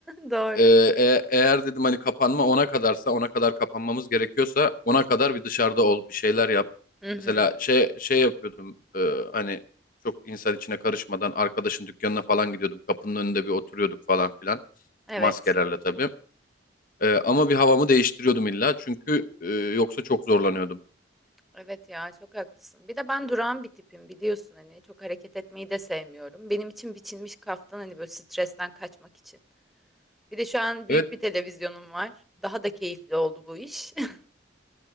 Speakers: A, in the centre; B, on the left.
A: <laughs> Doğru.
B: Ee, e- eğer dedim hani kapanma ona kadarsa ona kadar kapanmamız gerekiyorsa ona kadar bir dışarıda ol bir şeyler yap.
A: Hı hı.
B: Mesela şey şey yapıyordum e, hani çok insan içine karışmadan arkadaşın dükkanına falan gidiyordum. Kapının önünde bir oturuyorduk falan filan
A: Evet.
B: maskelerle tabii. E, ama bir havamı değiştiriyordum illa çünkü e, yoksa çok zorlanıyordum.
A: Evet ya çok haklısın. Bir de ben durağan bir tipim biliyorsun hani çok hareket etmeyi de sevmiyorum. Benim için biçilmiş kaftan hani böyle stresten kaçmak için. Bir de şu an büyük
B: Evet
A: bir televizyonum var. Daha da keyifli oldu bu iş. <laughs>